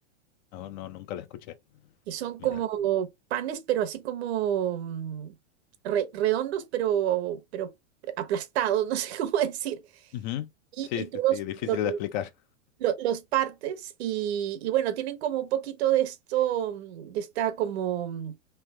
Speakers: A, on the left; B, on the right.
A: No, no, nunca la escuché.
B: que son
A: Mira.
B: como panes, pero así como mm, re- redondos, pero, pero aplastados, <laughs> no sé cómo decir.
A: Ujú,
B: Y,
A: Sí,
B: y tú
A: sí,
B: los,
A: sí, difícil
B: lo-
A: de explicar.
B: lo- los partes y, y bueno, tienen como un poquito de esto, mm, de esta como, mm,